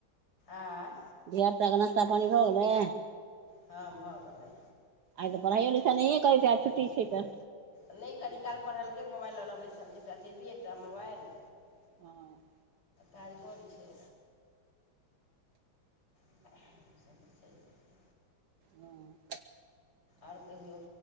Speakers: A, on the left (about 50°); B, on the right (about 65°).
A: आँय
B: धिया पुताके नास्ता पानी भऽ गेलै
A: हँ भऽ गेलै
B: आइ तऽ पढाईयो लिखाईयो नहि करएैत हायत छुट्टी छै तऽ
A: नहि कनि काल पढ़लकै मोबाइल ल ल बैसल छै एकटा टी वी एकटा मोबाइल
B: हँ
A: कारगर छै <inaudible>
B: हँ
A: आओर कहियौ